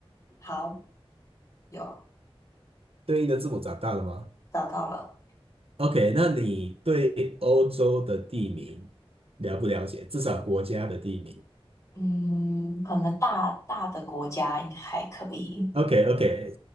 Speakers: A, on the left; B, on the right.
A: 好，有
B: 对应的字母找到了吗？
A: 找到了，
B: OK，那你对欧洲的地名了不了解？至少国家的地名。
A: 嗯，可能大大的国家应该还可以。
B: OK，OK，